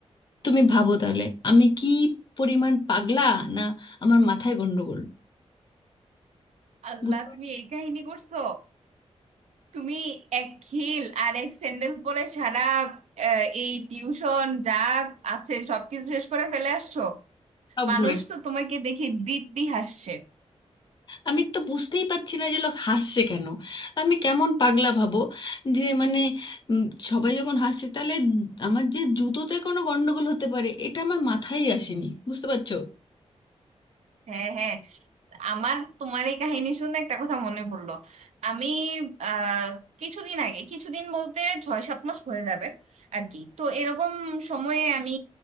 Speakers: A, on the left; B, on the right.
A: তুমি ভাবো তাহলে আমি কি পরিমাণ পাগলা না আমার মাথায় গন্ডগোল
B: আল্লাহ
A: বুঝতে পারছি
B: তুমি এই কাহিনী করছো তুমি এক হিল আর এক স্যান্ডেল পরে সারা আহ, এই টিউশন যা আছে সবকিছু শেষ করে ফেলে আসছো
A: সব
B: মানুষ
A: ঘুরে
B: তো তোমাকে দেখে দিব্যি হাসছে
A: আমি তো বুঝতেই পারছি না যে লোক হাসছে কেন আমি কেমন পাগলা ভাবো যে মানে উম, সবাই যখন হাসছে তাহলে আমার যে জুতোতে কোনো গন্ডগোল হতে পারে এটা আমার মাথায় আসেনি বুঝতে পারছো
B: হ্যাঁ হ্যাঁ আমার তোমার এই কাহিনী শুনে একটা কথা মনে পড়লো আমি আহ কিছুদিন আগে কিছুদিন বলতে ছয় সাত মাস হয়ে যাবে আর কি তো এরকম সময়ে আমি